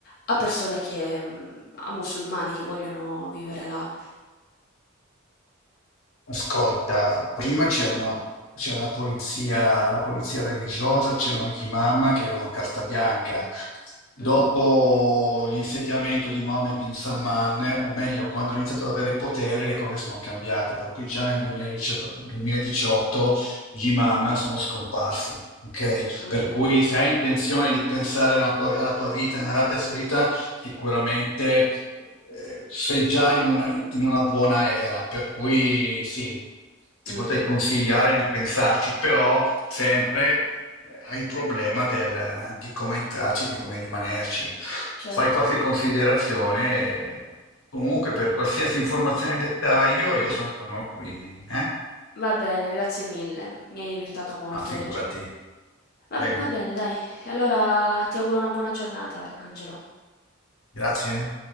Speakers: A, on the left; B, on the left.
A: a persone che mhmm, a musulmani che vogliono vivere là.
B: Ascolta, prima c'era una- c'era la polizia, la polizia religiosa, c'erano gli imam che avevano carta bianca. Dopo
A: Mh-mh.
B: l'insediamento di Mohammed bin Salman, o meglio, quando ha iniziato ad avere potere, le cose sono cambiate. Per cui già nel 2018, 2018 gli imam sono scomparsi. ok?
A: Mh.
B: Per cui se hai intenzione di pensare alla tua, alla tua vita in Arabia Saudita, sicuramente eh, sei già in una, in una buona era, per cui sì, ti
A: Mh,
B: potrei
A: mh,
B: consigliare
A: mh.
B: di pensarci, però sempre eh, hai il problema del- di come entrarci, di come rimanerci.
A: Certo,
B: Fai qualche
A: sì.
B: considerazione, eh, comunque per qualsiasi informazione e dettaglio io sono qui, eh?
A: Va bene, grazie mille. Mi hai aiutata molto
B: Ah, figurati.
A: oggi. Va
B: Prego,
A: va bene dai, allora ti auguro una buona giornata Ale Angelo.
B: grazie.